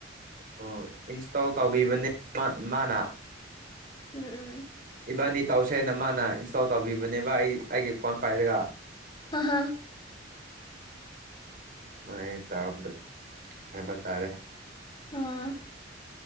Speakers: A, on the right (about 50°); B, on the left (about 25°).
A: ꯑꯣ ꯏꯟꯁꯇꯣꯜ ꯇꯧꯕꯤꯕꯅꯦ ꯃꯥ ꯃꯥꯅ
B: ꯎꯝ ꯎꯝ
A: ꯏꯕꯥꯟꯅꯤ ꯇꯧꯁꯦꯅ ꯃꯥꯅ ꯏꯟꯁꯇꯣꯜ ꯇꯧꯕꯤꯕꯅꯦꯕ ꯑꯩ ꯑꯩꯒꯤ ꯐꯣꯟ ꯄꯥꯏꯔꯒ
B: ꯍ ꯍꯥ
A: ꯃꯥꯏ ꯇꯥꯔꯝꯕꯥ ꯍꯥꯏꯕ ꯇꯥꯔꯦ
B: ꯑꯍ